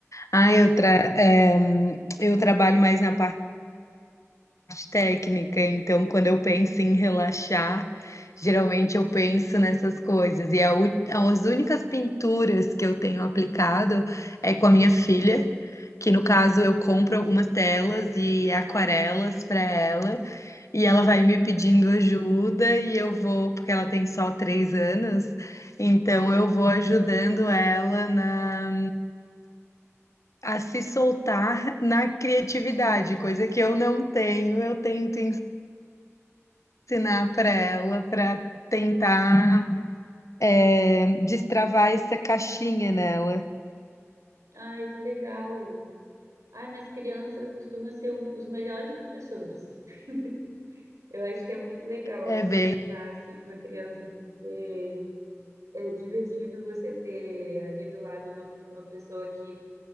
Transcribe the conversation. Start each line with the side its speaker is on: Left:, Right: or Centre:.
Left: Ah, eu, tra eh, eu trabalho mais na parte parte técnica, então quando eu penso em relaxar, geralmente eu penso nessas coisas. E a u- as únicas pinturas que eu tenho aplicado é com a minha filha, que no caso eu compro algumas telas e aquarelas para ela. E ela vai me pedindo ajuda e eu vou, porque ela tem só três anos, então eu vou ajudando ela na, a se soltar na criatividade, coisa que eu não tenho, eu tento ensinar para ela, para tentar é, destravar essa caixinha nela.
Right: Ai, que legal. Ai, mas criança costuma ser o- os melhores professores. <laughs> Eu acho que é muito legal
Left: É bem,
Right: estar assim com a criança, porque é divertido você ter ali do lado uma, uma pessoa que